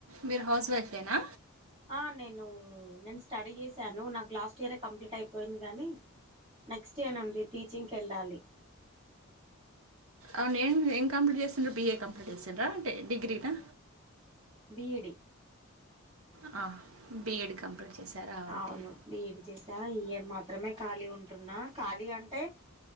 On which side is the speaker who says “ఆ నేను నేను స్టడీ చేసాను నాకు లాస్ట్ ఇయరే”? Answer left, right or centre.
Right